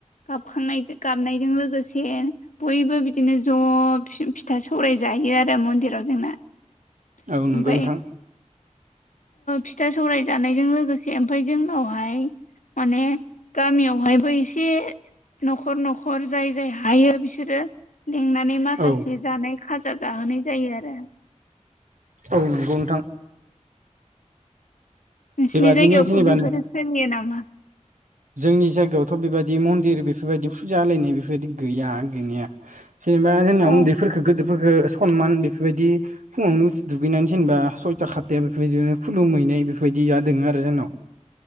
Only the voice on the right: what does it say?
औ नंगौ नोंथां
औ
औ नंगौ नोंथां
बेबादिनो
जेनेबा
जोंनि जायगायावथ' बेबायदि मन्दिर बेफोरबायदि फुजा होलायनाय बेफोरबायदि गैया गैनाया जेनेबा जोंनियाव
उन्दैफोरफोरखौ गोदोरफोरखौ सनमान बेफोरबायदि फुङावनो दुगैनानै जेनबा सयथा खाथताया बेफोरबायदिनो खुलुमहैनाय बेफोरबायदिया दङ आरो जोंनाव <inaudible>